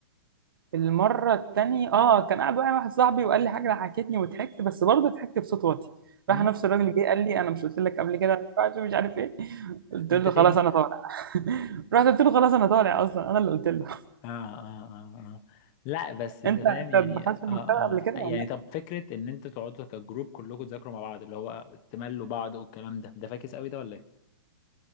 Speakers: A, on the right; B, on the left.
A: المره التانية اه كان قاعد معايا واحد صاحبي وقال لي حاجه ضحكتني وضحكت بس برضه ضحكت بصوت واطي
B: امم
A: راح نفس الراجل جه قال لي انا مش قلت لك قبل كده ما ينفعش مش عارف ايه <laughs> قلت
B: انت
A: له
B: تاني
A: خلاص انا طالع <laughs> رحت قلت له خلاص انا طالع اصلا انا اللي قلت له
B: اه اه اه اه لا
A: <laughs>
B: بس انت
A: انت
B: فاهم
A: انت
B: يعني
A: دخلت
B: اه
A: في المكتبه قبل كده
B: اه
A: ولا
B: يعني
A: لا
B: طب فكرة ان انتوا تقعدوا كجروب كلكم تذاكروا مع بعض اللي هو تملوا بعض والكلام ده ده فاكس قوي ده ولا ايه؟